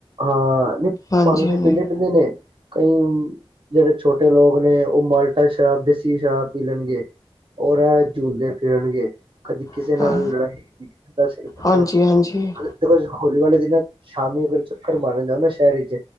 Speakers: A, on the right; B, on the left.
A: ਹਾਂ ਨਹੀਂ
B: ਹਾਂਜੀ
A: ਭਾਂਗ ਤੇ
B: ਹਾਂਜੀ
A: ਪੀੰਦੇ, ਪੀੰਦੇ ਨੇ ਕਈ ਜਿਹੜੇ ਛੋਟੇ ਲੋਕ ਨੇ ਔਹ ਮਾਲਟਾ ਸ਼ਰਾਬ, ਦੇਸੀ ਸ਼ਰਾਬ ਪੀ ਲੈਣਗੇ। ਔਰ ਏਹ ਝੂਲਦੇ ਫਿਰਨਗੇ। ਕਦੀ ਕਿਸੇ
B: ਹਾਂ
A: ਨਾਲ ਲੜਾਈ ਕਦੀ ਕਿਸੇ ਦਾ ਸਿਰ ਫਟਯਾ
B: ਹਾਂਜੀ
A: ਹੂੰ
B: ਹਾਂਜੀ
A: ਦੇਖੋ ਹੋਲੀ ਵਾਲੇ ਦਿਨਾਂ ਸ਼ਾਮੀ ਫੇਰ ਚੱਕਰ ਮਾਰਨ ਜਾਓ ਨਾ ਸ਼ਹਿਰ ਇਚ